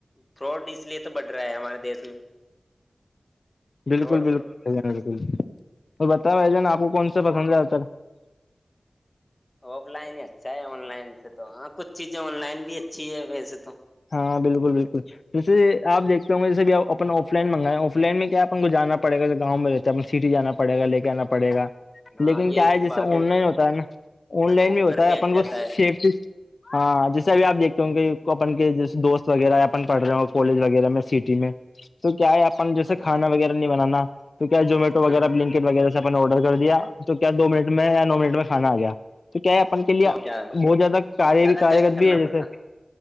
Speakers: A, on the left; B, on the left.
A: تھروڈ اس لیے تو بٹھ رہا ہے ہمارے دیس میں
B: بالکل
A: فراڈ
B: بالکل بھائیان بالکل اور بتا بھائی جان آپ کون سا پسند آتا
A: آف لائن ہی اچھا ہے آن لائن سے تو ہاں کچھ چیزیں آن لائن بھی اچھی ہے ویسے تو
B: ہاں بالکل بالکل جیسے آ دیکتے ہوںے جیسے بھی اپن آف لائن منگائیں آف لائن میں کیا کو جانا پڑے گا گاؤں رہتا ہے اپ سٹی جانا پڑےا لے کے آنا پڑے گا
A: ہاں
B: لیکن
A: یہی
B: کیا ہے جیسے
A: بات
B: آن لائن ہوتا ہے نا آن لائن
A: وہ
B: بھی ہوتا
A: گھر پہ
B: ہے
A: آ
B: اپن کو
A: جاتا ہے
B: سیفٹی ہاں جیسے ا بھی آپ دیکھتے ہو کہ اپن کے جیسے دوست وغیرہ یا پڑ رہے ہو کالج وغیرہ میں سٹی میں تو کیا ہے اپن
A: ہاں
B: جیسے کھانا وغیرہ نہیں بنانا تو کیا زمیٹو وغیرہلنکیٹ
A: ہاں
B: وغیرہ سے اپ نے آرڈر دیا تو کیا دو منٹ میں یا نو منٹ میں کھانا آ گیا تو کیا ہے اپن کے لیے
A: کیا
B: بہت زیادہ کار
A: زیادہ
B: بھی کارگت
A: کشٹ کرنا
B: بھی ہے جیسے
A: پڑتا